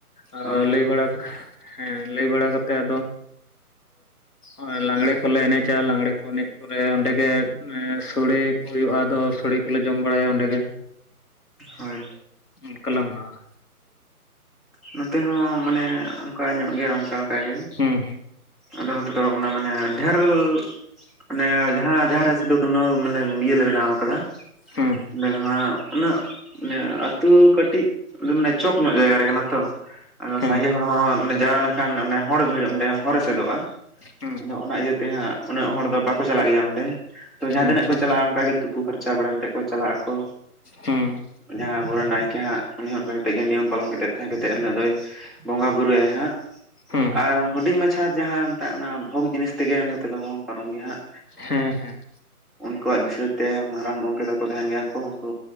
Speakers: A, on the left; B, in the centre.
A: ᱟᱻ
B: ᱦᱳᱭ
A: ᱞᱟᱹᱭ ᱵᱟᱲᱟ ᱦᱮᱸ ᱞᱟᱹᱭ ᱵᱟᱲᱟ ᱠᱟᱛᱮᱜ ᱟᱫᱚ ᱚ ᱞᱟᱜᱽᱬᱮ ᱠᱚᱞᱮ ᱮᱱᱮᱡᱟ ᱞᱟᱜᱽᱬᱮ ᱠᱚ ᱮᱱᱮᱡ ᱯᱚᱨᱮ ᱚᱸᱰᱮ ᱜᱮ ᱥᱚᱲᱮ ᱠᱚ ᱦᱩᱭᱩᱜ-ᱟ ᱟᱫᱚ ᱥᱚᱲᱮ ᱠᱚᱞᱮ ᱡᱚᱢ ᱵᱟᱲᱟᱭᱟ ᱚᱸᱰᱮ ᱜᱮ᱾
B: ᱦᱳᱭ
A: ᱚᱱᱠᱟ ᱞᱮ ᱢᱟᱱᱟᱣᱟ᱾
B: ᱱᱚᱛᱮ ᱦᱚᱸ ᱢᱟᱱᱮ ᱚᱱᱠᱟ ᱧᱚᱜ ᱜᱮ ᱚᱱᱠᱟ ᱚᱱᱠᱟ ᱞᱮᱠᱟ᱾ ᱜᱮ
A: ᱦᱩᱸ ᱦᱩᱸ᱾
B: ᱟᱫᱚ ᱱᱚᱛᱮ ᱫᱚ ᱚᱱᱟ ᱢᱟᱱᱮ ᱰᱷᱮᱨᱞ ᱢᱟᱱᱮ ᱡᱟᱦᱟᱸ ᱡᱟᱦᱟᱸ ᱨᱮ ᱥᱤᱫᱩ ᱠᱟᱱᱩ ᱢᱟᱱᱮ ᱤᱭᱟᱹ ᱞᱮ ᱵᱮᱱᱟᱣ ᱠᱟᱫᱟ᱾
A: ᱦᱩᱸ ᱦᱩᱸ
B: ᱚᱸᱰᱮ ᱦᱟᱜ ᱩᱱᱟᱹᱜ ᱢᱟᱱᱮ ᱟᱹᱛᱩ ᱠᱟᱹᱴᱤᱡ ᱢᱟᱱᱮ ᱪᱚᱠ ᱧᱚᱜ ᱡᱟᱭᱜᱟ ᱨᱮ ᱠᱟᱱᱟ᱾ ᱛᱚ ᱟᱫᱚ
A: ᱦᱮᱸ
B: ᱥᱟᱸᱜᱮ ᱦᱚᱲ ᱦᱚᱸ ᱡᱟᱣᱨᱟ ᱞᱮᱱᱠᱷᱟᱱᱮ ᱦᱚᱲ ᱵᱷᱤᱲ ᱚᱸᱰᱮ ᱦᱚᱨ ᱮᱥᱮᱫᱚᱜ-ᱟ᱾
A: ᱦᱩᱸ
B: ᱟᱫᱚ
A: ᱦᱩᱸ
B: ᱚᱱᱟ ᱤᱭᱟᱹᱛᱮ ᱦᱟᱜ ᱩᱱᱟᱹᱜ ᱦᱚᱲ ᱫᱚ ᱵᱟᱠᱚ ᱪᱟᱞᱟᱜ ᱜᱮᱭᱟ ᱚᱸᱰᱮ᱾ ᱛᱚ ᱡᱟᱦᱟᱸ
A: ᱟᱪᱪᱷᱟ
B: ᱛᱤᱱᱟᱹᱜ ᱠᱚ ᱪᱟᱞᱟᱜ-ᱟ ᱚᱱᱠᱟᱜ ᱜᱮ ᱛᱩᱯᱩ ᱯᱷᱟᱨᱪᱟ ᱵᱟᱲᱟ ᱠᱟᱛᱮᱫ ᱠᱚ ᱪᱟᱞᱟᱜ ᱟᱠᱚ᱾
A: ᱦᱩᱸ,
B: ᱡᱟᱦᱟᱸᱭ ᱟᱵᱚᱨᱮᱱ ᱱᱟᱭᱠᱮ ᱦᱟᱜ ᱩᱱᱤ ᱚᱱᱠᱟ ᱠᱟ ᱠᱟᱛᱮᱜ ᱜᱮ ᱱᱤᱭᱚᱢ ᱯᱟᱞᱚᱱ ᱠᱟ ᱠᱟᱛᱮ ᱛᱟᱦᱮᱸ ᱠᱟᱛᱮᱫ ᱮᱱᱦᱤᱞᱳᱜ ᱫᱚᱭ ᱵᱚᱸᱜᱟ ᱵᱩᱨᱩᱭᱟᱭ ᱦᱟᱜ,
A: ᱦᱮᱸ
B: ᱟᱨ ᱦᱩᱰᱤᱧ ᱢᱟᱪᱷᱟ ᱡᱟᱦᱟᱸ ᱢᱮᱛᱟᱜ ᱚᱱᱟ ᱵᱷᱳᱜᱽ ᱡᱤᱱᱤᱥ ᱛᱮᱜᱮ ᱱᱤᱛᱚᱜ ᱫᱚᱵᱚᱱ ᱯᱟᱨᱚᱢ ᱜᱮᱭᱟ ᱦᱟᱜ᱾
A: ᱦᱮᱸ ᱦᱮᱸ᱾
B: ᱩᱱᱠᱩᱣᱟᱜ ᱫᱤᱥᱟᱹ ᱛᱮ ᱢᱟᱨᱟᱝ ᱜᱚᱝᱠᱮ ᱛᱟᱠᱚ ᱛᱟᱦᱮᱱ ᱜᱮᱭᱟ ᱠᱚ ᱩᱱᱠᱩ